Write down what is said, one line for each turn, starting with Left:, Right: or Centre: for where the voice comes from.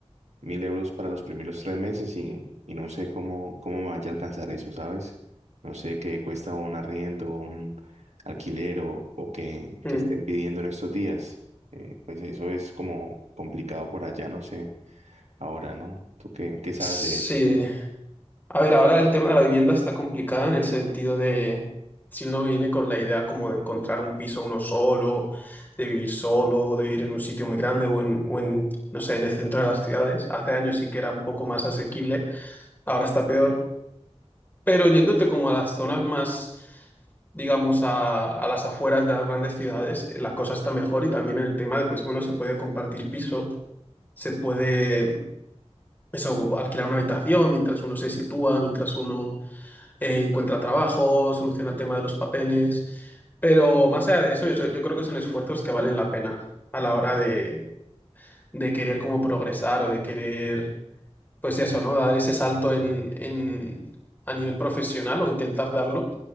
Right: mil euros para los primeros tres meses y, y no sé cómo, cómo me vaya a alcanzar eso, ¿sabes? No sé qué cuesta un arriendo, un alquiler o, o qué,
Left: mm.
Right: qué estén pidiendo en estos días. Eh, pues eso es como complicado por allá, no sé. Ahora, ¿no? ¿Tú qué, qué sabes
Left: Sí.
Right: de eso?
Left: A ver, ahora el tema de la vivienda está complicado en el sentido de si uno viene con la idea como de encontrar un piso uno solo, de vivir solo, o de vivir en un sitio muy grande o en, o en, no sé, en el centro de las ciudades. Hace años sí que era un poco más asequible, ahora está peor. Pero yéndote como a las zonas más, digamos, a, a las afueras de las grandes ciudades, eh, la cosa está mejor y también en el tema de, pues bueno, se puede compartir piso, se puede. Eso, como alquilar una habitación mientras uno se sitúa, mientras uno eh, encuentra trabajo, soluciona el tema de los papeles. Pero más allá de eso, yo, yo creo que son esfuerzos que valen la pena a la hora de, de querer como progresar o de querer, pues eso, ¿no? Dar ese salto en, en, a nivel profesional o intentar darlo.